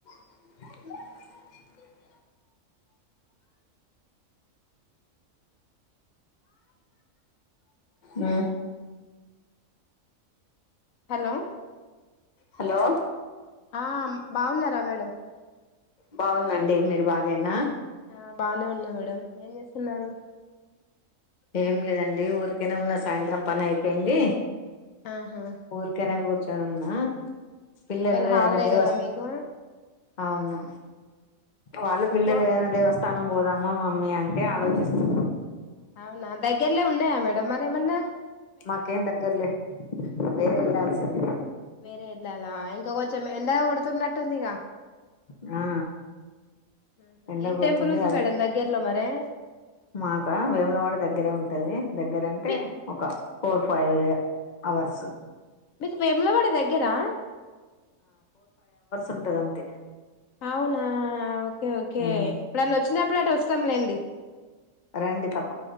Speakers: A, on the left; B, on the left.
A: <unintelligible> ఉ
B: హలో
A: హలో
B: ఆ బాగున్నారా మేడం
A: బాగునండి మీరు బాగేనా
B: ఆ బానే ఉన్నా మేడమ్ ఏం చేస్తున్నారు
A: ఏం లేదండి ఊరికనే ఉన్న సాయంత్రం పని అయిపోయింది
B: ఆహా
A: ఉరికనే కు కూర్చున్న పిల్లలు
B: ఇవాళ హాలిడే
A: ఏదైనా దేవస్
B: కదా మీకు
A: అవును వాళ్ళు పిల్లలు
B: రో
A: ఏదైనా దేవస్థ తనం పోదామా మామ్మ అంటి అ ఆలోచిస్తుంది
B: అవునా దగ్గర్లే ఉన్నాయా మేడ అ మరిమన్నా
A: మాకేన్ దగ్గర్లే వేరే ఎలా చెంద
B: వేరే ఇల్లాాల ఇంకా కొంచెం ఎండ కొడుతున్నట్టుందిక
A: ఆ
B: ఆహా
A: ఎండ
B: ఏం
A: కొడుతుంది
B: టెంపుల్ ఉంది
A: అదే
B: మేడం దగ్గరలో మరే
A: మాక వేములవాడ దగ్గరే ఉంటది దగ్గరంటే
B: మీ
A: ఒక ఫోర్ ఫైవ్ అవర్స్
B: మీకు విములవాడ దగ్గరా
A: ఉంటదంత
B: అవునా ఓకే ఓకే
A: మ్మ్
B: ఇప్పుడు వచ్చినప్పుడు అటు వస్తాంలేండి
A: రండి ప